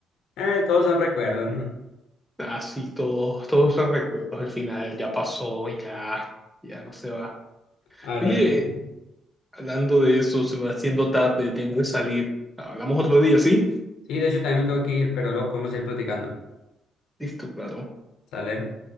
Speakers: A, on the left; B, in the centre.
A: eh, todos son recuerdos, ¿no?
B: Así todos, todos son recuerdos al final, ya pasó, ya, ya no se va.
A: A repetir.
B: Oye, hablando de eso, se me va haciendo tarde, tengo que salir. Hablamos otro día, ¿sí?
A: Sí, de hecho también me tengo que ir, pero luego podemos ir platicando,
B: Listo, claro.
A: ¿sale?